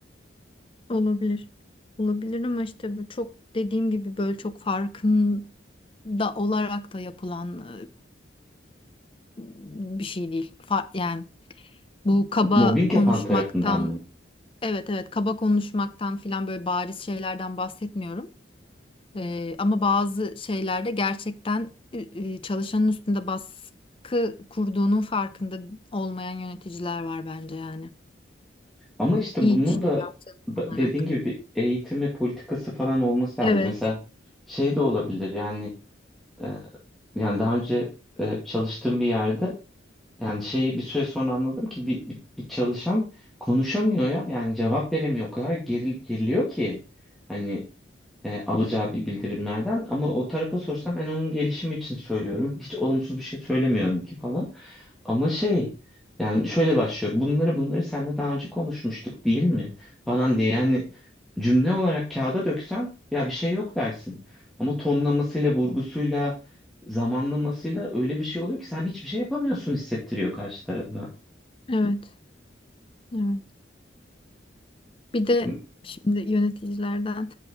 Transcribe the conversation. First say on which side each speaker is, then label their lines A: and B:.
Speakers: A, on the left (about 30°); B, in the centre.
A: Olabilir. Olabilir ama işte bu çok dediğim gibi böyle çok farkında olarak da yapılan e, bir şey değil. Fa- yani bu kaba
B: Mobbing
A: konuşmaktan
B: yapan tarafından mı?
A: evet evet kaba konuşmaktan filan böyle bariz şeylerden bahsetmiyorum. E, ama bazı şeylerde gerçekten e, e, çalışanın üstünde baskı kurduğunun farkında olmayan yöneticiler var bence yani.
B: Ama işte
A: İyi
B: bunun
A: bir şey
B: da
A: yaptığını
B: b-
A: sanarak.
B: dediğin gibi bir eğitimi politikası falan olması
A: Evet,
B: lazım. Mesela şey de olabilir yani e, yani daha önce e, çalıştığım bir yerde Yani şeyi bir süre sonra anladım ki bir, bir, bir çalışan konuşamıyor ya. Yani cevap veremiyor. O kadar geril, geriliyor ki hani e, alacağı bir bildirimlerden. Ama o tarafa sorsam ben onun gelişimi için söylüyorum. Hiç olumsuz bir şey söylemiyorum ki falan. Ama şey yani şöyle başlıyor. Bunları bunları seninle daha önce konuşmuştuk değil mi? Falan diye yani cümle olarak kağıda döksen ya bir şey yok dersin. Ama tonlamasıyla, vurgusuyla, zamanlamasıyla öyle bir şey oluyor ki sen hiçbir şey yapamıyorsun hissettiriyor karşı tarafa.
A: evet, evet. Bir de
B: Hı
A: şimdi yöneticilerden